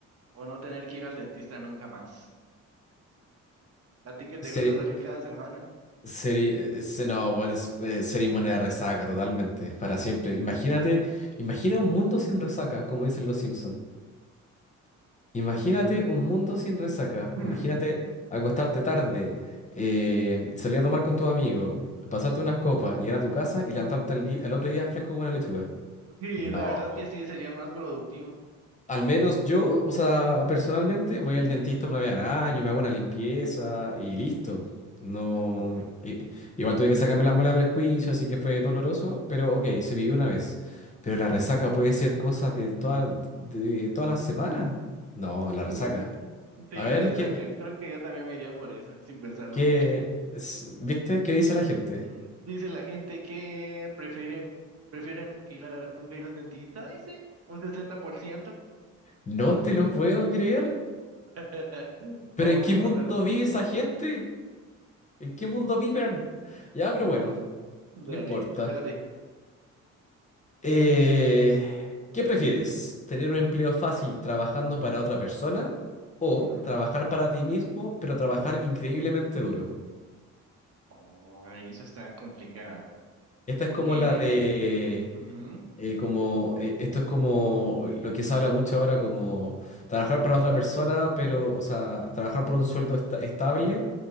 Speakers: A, on the right; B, on the left.
A: o no tener que ir al dentista nunca más? ¿A ti que te
B: Seri,
A: gusta salir cada semana?
B: seri, eh, se- no, bueno, es- eh, sería inmune a la resaca totalmente, para siempre. Imagínate, imagina un mundo sin resaca, como dicen los Simpsons. Imagínate un mundo sin resaca.
A: <laughs>
B: Imagínate acostarte tarde, eh, salir a tomar con tus amigos, pasarte unas copas, llegar a tu casa y levantarte al día, al otro día fresco como una lechuga.
A: Sí,
B: No.
A: la verdad es que sí, sería más productivo.
B: Al menos yo, o sea, personalmente voy al dentista una vez al año, me hago una limpieza y listo. No.
A: <laughs>
B: i- Igual tuve que sacarme las muelas del juicio, así que fue doloroso, pero ok, se vivió una vez. Pero la resaca puede ser cosas de, toda- de todas las semanas. No, la resaca.
A: Mm, Sí,
B: A ver,
A: la resaca.
B: ¿qué,
A: Creo que yo también me iría por esa, sin pensarlo
B: ¿Qué
A: mucho.
B: es- ¿viste? ¿Qué dice la gente?
A: Mm, Dice la gente que prefiere, prefieren ir a, nunca ir al dentista, dice, un sesenta por ciento
B: No te lo puedo creer.
A: <laughs>
B: ¿Pero
A: Vamos
B: en qué
A: en
B: mundo
A: contra de lo común.
B: vive esa gente? ¿En qué mundo viven? Ya, pero
A: <laughs>
B: bueno,
A: Dale,
B: no importa.
A: te toca a ti.
B: Eh, ¿qué prefieres? ¿Tener un empleo fácil trabajando para otra persona o
A: Ujú.
B: trabajar para ti mismo, pero trabajar increíblemente duro?
A: Oh, eso está complicada.
B: Esta
A: Porque,
B: es como la de
A: ujú,
B: eh, como eh, esto es como lo que se habla mucho ahora, como trabajar para otra persona, pero, o sea, trabajar por un sueldo esta- estable,